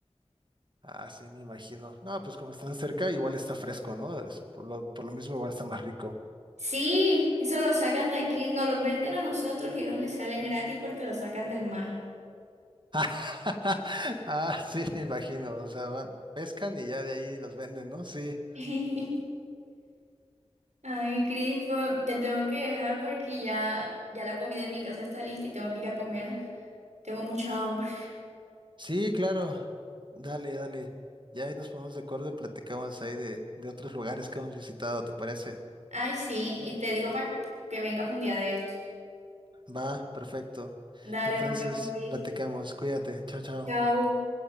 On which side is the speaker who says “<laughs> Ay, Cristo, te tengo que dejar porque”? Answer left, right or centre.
Right